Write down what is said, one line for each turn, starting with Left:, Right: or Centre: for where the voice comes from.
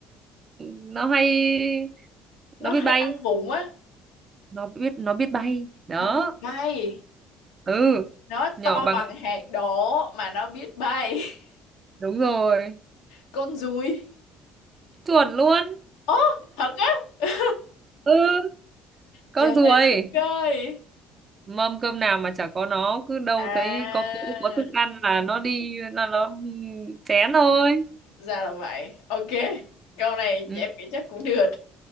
Right: nó hay
Left: Nó
Right: nó biết
Left: hay
Right: bay
Left: ăn vụng á,
Right: nó biết nó biết bay đó
Left: nó biết bay.
Right: ừ
Left: nó
Right: nhỏ
Left: to
Right: bằng
Left: bằng hạt đỗ mà nó biết bay <laughs>
Right: đúng rồi
Left: con ruồi
Right: chuẩn luôn
Left: ố thật á <laughs>
Right: ừ con
Left: trời
Right: ruồi
Left: ơi
Right: mâm cơm nào mà chả có nó cứ đâu
Left: à
Right: thấy có cỗ có thức ăn là nó đi là nó chén thôi
Left: ra là vậy ok câu này
Right: ừ.
Left: em nghĩ chắc cũng được